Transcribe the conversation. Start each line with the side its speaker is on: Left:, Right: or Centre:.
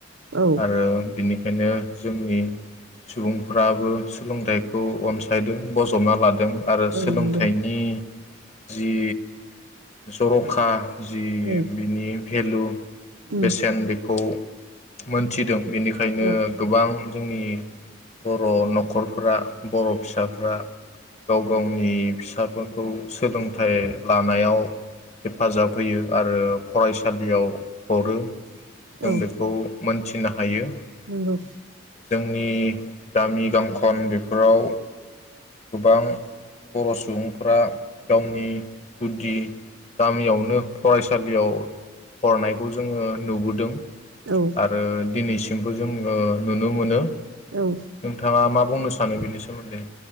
Right: औ
Left: आरो बिनि बेनो जोंनि सुबुंफ्राबो सोलोंथाइखौ अनसायग्रा यदों बजबना लादों आरो सोलोंथाइनि
Right: औ नंगौ
Left: जि जर'खा जि
Right: औ
Left: बिनि भेलु
Right: उम
Left: बेसेन बेखौ मोनथिदों बेनिखायनो
Right: औ
Left: गोबां जोंनि बर' न'खरफोरा बर' फिसा फिसाफ्रा गाव - गावनि फिसाफोरखौ सोलोंथाइ लानायाव हेफाजाब होयो आरो फरायसालियाव हरो जों
Right: औ
Left: बेखौ मोनथि थिनो हायो
Right: नंगौ
Left: जोंनि गामि गांखन बेफोराव गोबां बर' सुबुंफोरा गावनि गुदि गामियावनो फरायसालियाव हरनायखौ जोङो नुबोदों
Right: औ
Left: आरो दिनैसिम <unintelligible> जोंङो नुनो मोनो
Right: औ
Left: नोंथाङा मा बुंनो सानो बेनि सोमोन्दै